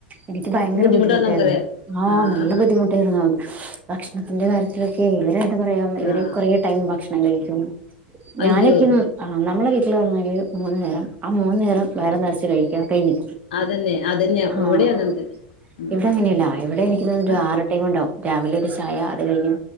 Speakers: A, on the right; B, on the left.
A: എനിക്ക് ഭയങ്കര
B: ബുദ്ധിമുട്ടാന്ന്
A: ബുദ്ധിമുട്ടായിരുന്നു.
B: നമുക്കറിയാം
A: ആ നല്ല
B: ആഹ് ആഹ്
A: ബുദ്ധിമുട്ട് ഭക്ഷണത്തിന്റെ കാര്യത്തിലൊക്കെ ഇവരെന്താ പറയാ ഇവര്
B: ആഹ്
A: ടൈമിന് ഭക്ഷണം കഴിക്കും
B: അയ്യോ
A: ഞാനൊക്കെ ആഹ് നമ്മള വീട്ടിൽ ആണെങ്കിൽ മൂന്നു നേരം, ആ മൂന്നു നേരം വയറ് നിറച്ച് കഴിക്ക കഴിഞ്ഞ്.
B: അതന്നെ അതന്നെ
A: ആഹ്
B: ഇവിടെയും അങ്ങനെ തന്നെ ഉം
A: ഇവിടെ അങ്ങനെയല്ല ഇവിടെ എനിക്ക് തോന്നി
B: ആഹ്
A: ആ ടൈം ഉണ്ടാവും. രാവിലെ ഒരു ചായ അത് കഴിഞ്ഞു.